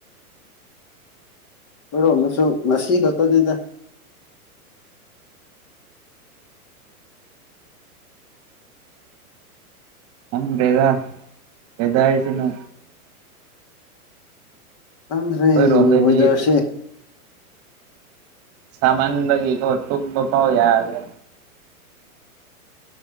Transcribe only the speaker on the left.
ꯀꯔꯣ ꯅꯁꯨ ꯅꯁꯤꯈꯠꯇ ꯅꯗ
ꯆꯪꯗ꯭ꯔꯦ
ꯋꯦꯗꯔꯁꯦ